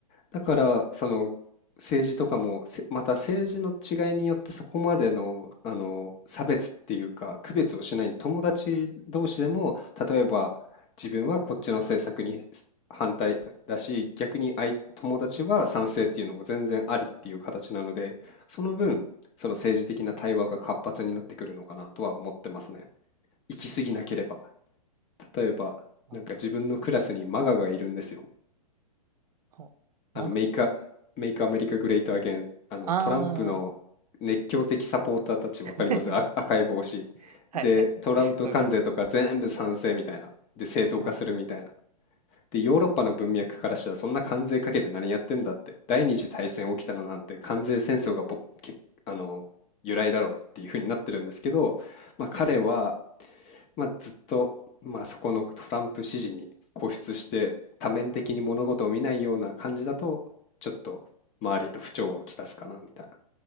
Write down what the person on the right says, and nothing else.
あ、
ほ、
まが。
ああ。
<laughs>
はいはい。
わかります。
うんうん
うんうん